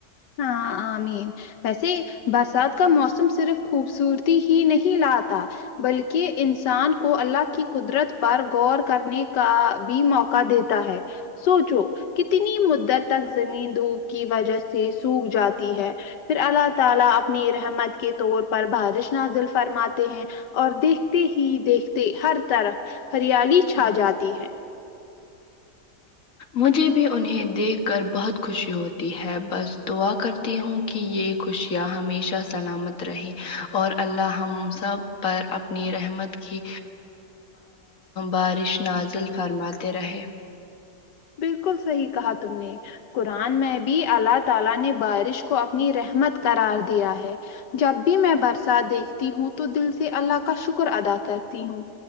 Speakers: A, on the left (about 85°); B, on the left (about 55°).
A: ہاں آ مین ویسے برسات کا موسم صرف خوبصورتی ہی نہیں لاتا بلکہ انسان کو اللہ کی قدرت پر غور کرنے کا بھی موقع دیتا ہے سوچو کتنی مدت تک زمین دھوپ کی وجہ سے سوکھ جاتی ہے پھر اللہ تعالی اپنی رحمت کے طور پر بارش نازل فرماتے ہیں اور دیکھتے ہی دیکھتے ہر طرف ہریالی چھا جاتی ہے
B: مجھے بھی انہیں دیکھ کر بہت خوشی ہوتی ہے بس دعا کرتی ہوں کہ یہ خوشیاں ہمیشہ سلامت رہے اور اللہ ہم سب پر اپنی رحمت کی بارش نازل فرماتے رہے
A: بالکل صحیح کہا تم نے قرآن میں بھی اللہ تعالی نے بارش کو اپنی رحمت قرار دیا ہے جب بھی میں برسات دیکھتی ہوں تو دل سے اللہ کا شکر ادا کرتی ہوں